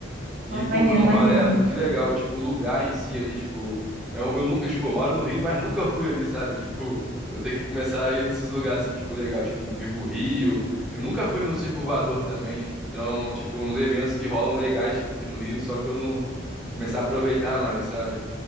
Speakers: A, in the centre; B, on the right (about 45°).
A: e,
B: Tá
A: pô,
B: maneiro,
A: foi um
B: maneiro.
A: rolê muito legal. Tipo, o lugar em si ali, tipo. Eu, eu, nu- eu, tipo, eu moro no Rio, mas nunca fui ali, sabe? Tipo, eu tenho que começar a ir nesses lugares assim, tipo, legal. Tipo, Vivo o Rio. Eu nunca fui no Circo Voador também. Então, tipo, uns eventos que rolam legais, tipo, aqui no Rio, só que eu não começar a aproveitar mais, sabe?